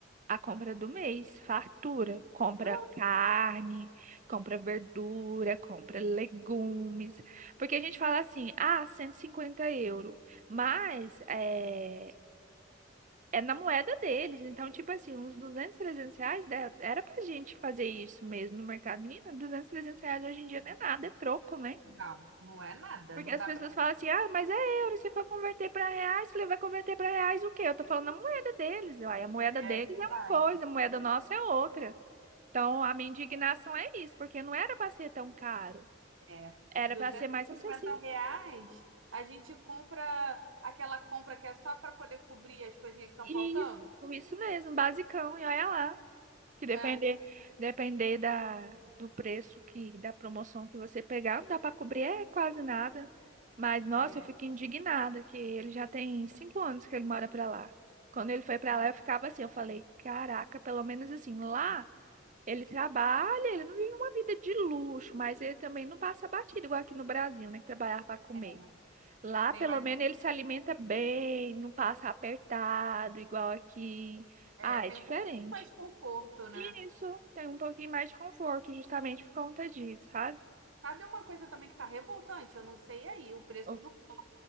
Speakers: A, on the right; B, on the right.
A: a compra do mês, fartura. Compra
B: Ah,
A: carne, compra verdura, compra legumes. Porque a gente fala assim, ah, 150 euros. Mas é, é na moeda deles. Então, tipo assim, uns 200 300 reais dá- era pra gente fazer isso mesmo no mercado. Menina, duzentos trezentos reais hoje em dia não é nada, é troco, né?
B: Não, não é nada.
A: Porque
B: Não
A: as
B: dá
A: pessoas
B: para.
A: falam assim, ah, mas é euro, se for converter para reais, eu falei, vai converter para reais o quê? Eu tô falando a moeda deles, uai, a moeda deles
B: É verdade.
A: é uma coisa, a moeda nossa é outra. Então, a minha indignação é isso, porque não era para ser tão caro,
B: É,
A: era
B: duzentos
A: para ser mais
B: e
A: acessível.
B: cinquenta reais, a gente compra aquela compra que é só para poder cobrir as coisinhas que estão
A: E
B: faltando.
A: isso, isso mesmo, basicão, e olha lá. Que depender,
B: É,
A: depender da, do preço que, da promoção que você pegar, não dá para cobrir é quase nada. Mas, nossa,
B: é,
A: eu fico indignada que ele já tem cinco anos que ele mora para lá. Quando ele foi para
B: ó,
A: lá, eu ficava assim, eu falei, caraca, pelo menos assim, lá ele trabalha, ele não vive uma vida de luxo, mas ele também não passa batido, igual aqui no Brasil, né? Que trabalhar para comer.
B: é,
A: Lá,
B: tem
A: pelo
B: mais,
A: menos, ele se alimenta bem, não passa apertado, igual aqui.
B: é,
A: Ah,
B: tem
A: é diferente.
B: um pouquinho mais de conforto, né?
A: E isso tem um pouquinho mais de conforto, justamente por conta disso, sabe?
B: Sabe uma coisa também que tá revoltante? Eu não sei aí, o preço
A: Oh,
B: do pão,